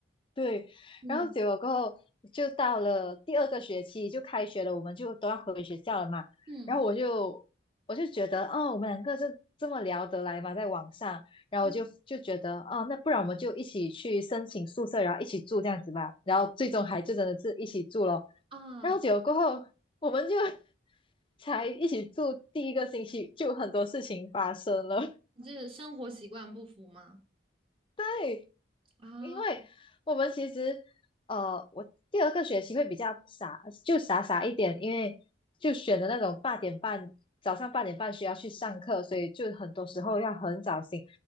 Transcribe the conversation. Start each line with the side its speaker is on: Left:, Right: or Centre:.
Left: 对，
Right: 嗯
Left: 然后结果过后就到了第二个学期就开学了，我们就都要回学校了嘛，
Right: 嗯
Left: 然后我就我就觉得哦，我们两个就这么聊得来嘛，在网上，然后我就就觉得哦，
Right: 嗯，
Left: 那不然我们就一起去申请宿舍，然后一起住这样子吧，然后最终还就真的是一起住了。
Right: 对啊，
Left: 然后结果过后，我们就 <laughs> 才一起住第一个星期，就很多事情发生了。
Right: 你这生活习惯不符吗？
Left: <laughs> 对，
Right: 啊
Left: 因为我们其实，呃，我第二个学期会比较傻，就傻傻一点，因为就选的那种八点半，早上八点半需要去上课，所以就很多时候要很早醒。